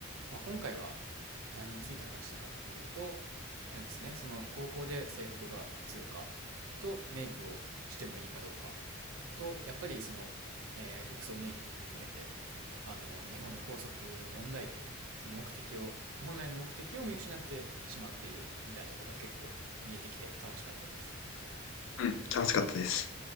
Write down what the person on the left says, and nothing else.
うん楽しかったです。